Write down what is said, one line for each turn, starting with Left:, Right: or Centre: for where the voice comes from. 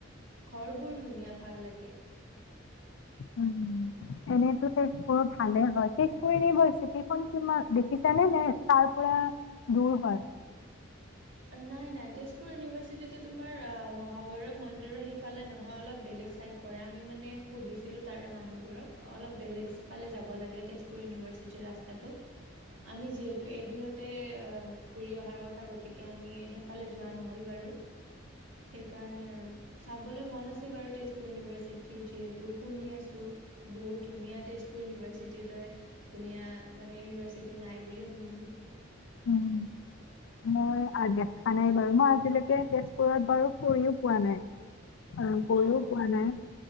Right: ঘৰ বোৰ ধুনীয়া ভাল লাগে।
Left: উম এনেতো তেজপুৰ ভালে হয়, তেজপুৰ ইউনিভাৰ্চিটিখন কিমান দেখিছানে? নে তাৰ পৰা দূৰ হয়?
Right: নাই নাই, তেজপুৰ ইভাৰ্চিটিটো তোমাৰ মহাভৈৰৱ মন্দিৰৰ সেইফালে নহয় অলপ বেলেগ চাইদ পৰে, আমি মানে সুধিছিলো তাৰে মানুহবোৰক অলপ বেলেগ চাইত যাব লাগে তেজপুৰ ইউনিভাৰ্চিটিৰ ৰাস্তাটো আমি যিহেতু এদিনতে অ গতিকে আমি সেইফালে যোৱা নহ'ল বাৰু সেইকাৰণে আৰু চাবলৈ মন আছে বাৰু তেজপুৰ ইউনিভাৰ্চিটি যিহেতু শুনি আছো, বহুত ধুনীয়া তেজপুৰ ইভাৰ্চিটিৰ দৰে ধুনীয়া মানে ইনিভাৰ্চিটি নাই বুলি শুনিছো ।
Left: উম মই । দেখা নাই বাৰু মই আজিলৈকে তেজপুৰত বাৰু ফুৰিও পোৱা নাই । অ গৈয়ো
Right: অঁ
Left: পোৱা নাই।